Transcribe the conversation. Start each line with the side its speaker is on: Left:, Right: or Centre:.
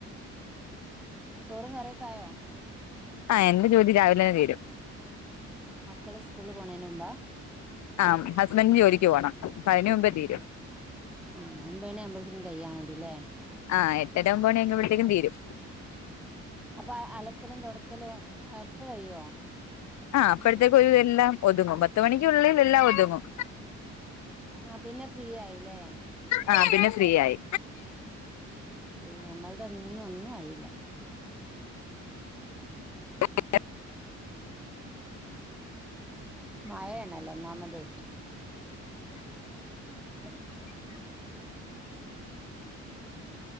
Centre: ചോറും കറിയൊക്കായോ
Left: ആഹ് എന്റെ ജോലി രാവിലന്നെ തീരും
Centre: മക്കള് സ്കൂളില് പോണേന് മുമ്പാ
Left: ആഹ് ഹസ്ബന്റിന് ജോലിക്ക് പോണം അപ്പൊ അയിന്റെ മുമ്പേ തീരും.
Centre: ആഹ് ഒമ്പതണി ആവുമ്പ ത്തിനും കഴിയാ മതിയല്ലേ
Left: ആഹ് എട്ടര ഒൻപത് മണിആകുമ്പഴത്തേക്കും തീരും.
Centre: അപ്പൊ അലക്കലും തുടക്കലും ഒക്കെ കെയ്യുവോ?
Left: ആഹ് അപ്പഴത്തേക്കൊരു വിധം എല്ലാം ഒതുങ്ങും പത്ത് മണിക്കുള്ളിൽ എല്ലാം ഒതുങ്ങും.
Centre: ആഹ് പിന്നെ ഫ്രീ ആയില്ലേ
Left: ആഹ് പിന്നെ ഫ്രീയായി
Centre: അയ്ശരി ഞമ്മളതൊന്നും ഒന്നും ആയില്ല.
Left: <unintelligible>
Centre: മഴയാണല്ലോ ഒന്നാമതേ ഉം